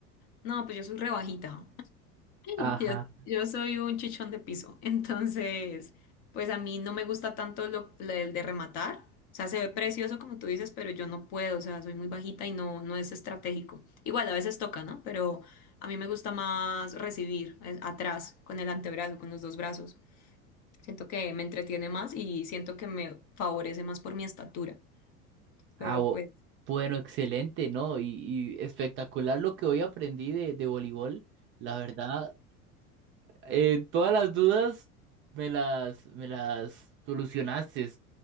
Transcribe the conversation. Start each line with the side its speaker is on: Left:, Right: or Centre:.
Left: No, pues yo soy rebajita. <laughs>
Right: Ajá.
Left: Yo, yo soy un chichón de piso, entonces, pues a mí no me gusta tanto lo, lo del de rematar. O sea, se ve precioso como tú dices, pero yo no puedo, o sea, soy muy bajita y no, no es estratégico. Igual a veces toca, ¿no? Pero a mí me gusta más recibir eh, atrás, con el antebrazo, con los dos brazos. Siento que me entretiene más y siento que me favorece más por mi estatura. Pero
Right: Ah, o-
Left: pues,
Right: bueno, excelente, ¿no? Y, y espectacular lo que hoy aprendí de, de voleibol. La verdad. eh, todas las dudas me las, me las solucionaste.